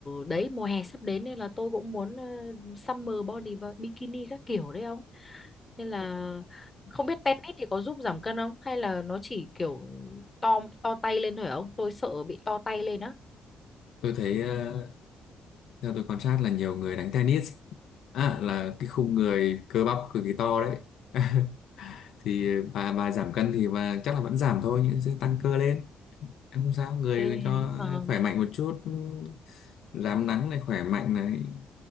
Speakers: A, on the left; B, on the left.
A: đấy mùa hè sắp đến nên là tôi cũng muốn ờ, summer body bo- bikini các kiểu đấy ông nên là không biết tennis thì có giúp giảm cân không hay là nó chỉ kiểu to to tay lên thôi hả ông tôi sợ bị to tay lên á
B: tôi thấy ờ, theo tôi quan sát là nhiều người đánh tennis à, là cái khung người cơ bắp cực kỳ to đấy <laughs> thì bà bà giảm cân thì bà chắc là vẫn giảm thôi nhưng sẽ tăng cơ lên em không sao người
A: Ê,
B: cho
A: nhưng mà
B: khỏe mạnh một chút rám nắng này khỏe mạnh này